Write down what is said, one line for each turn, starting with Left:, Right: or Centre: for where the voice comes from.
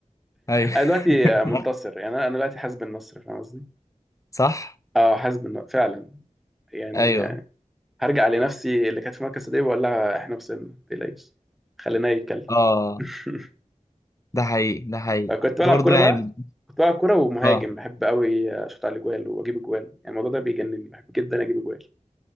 Left: ايوه
Centre: أنا دلوقتي
Left: <laughs>
Centre: منتصر يعني أنا أنا دلوقتي حاسب النصر فاهم قصدي؟
Left: صح
Centre: أه حاسب النصر فعلا يعني
Left: ايوه
Centre: هرجع لنفسي اللي كانت في مركز صديق واقول لها احنا وصلنا ما تقلقيش خلينا يتكلم
Left: اه
Centre: <laughs>
Left: ده حقيقي ده حقيقي
Centre: فكنت
Left: انت
Centre: بلعب
Left: برضه
Centre: كوره
Left: يعني
Centre: بقى كنت بلعب كوره ومهاجم
Left: اه
Centre: بحب قوي اشوط على الاجوال واجيب اجوال يعني الموضوع ده بيجنني بحب جدا اجيب اجوال